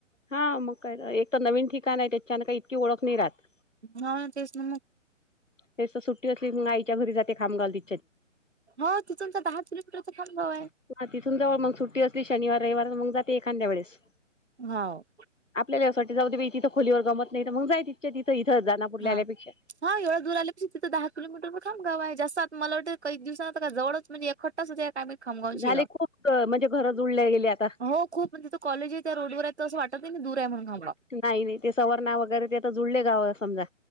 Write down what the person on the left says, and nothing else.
हाव मग कायतर एकतर नवीन ठिकाण आहे त्याच्यान काही इतकी ओळख नाही राहत.
ते तर सुट्टी असली मंग आईच्या घरी जाते खांब गावली.
हं.. तिथून जवळ मग सुट्टी असली, शनिवार रविवार मग जाते एखाद्यं वेळेस.
आपल्या जाऊसाठी जाऊ दे बाई तिथं खोलीवर गमत नाही तर मग जाय तिथंच्या तिथं इथं दानापुरला
आल्यापेक्षा.
झाले
खूप म्हणजे घर जुळले गेले आता
नाही नाही ते सवर्णा वगैरे ते आता जुळले गाव आहे समजा.